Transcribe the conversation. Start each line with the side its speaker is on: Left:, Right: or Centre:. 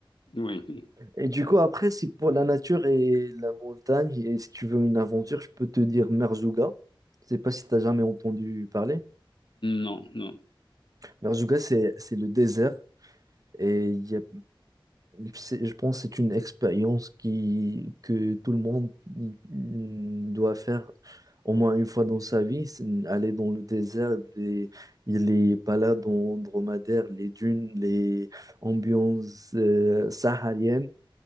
Left: Oui.
Right: Et du coup, après, si pour la nature et la montagne, et si tu veux une aventure, je peux te dire Merzouga. Je sais pas si tu as jamais entendu parler.
Left: Non, non.
Right: Merzouga, c'est, c'est le désert. Et il y a- c'est- je pense que c'est une expérience qui, que tout le monde mm, doit faire au moins une fois dans sa vie, c'est aller dans le désert, les, les balades en dromadaire, les dunes, les ambiances euh, sahariennes.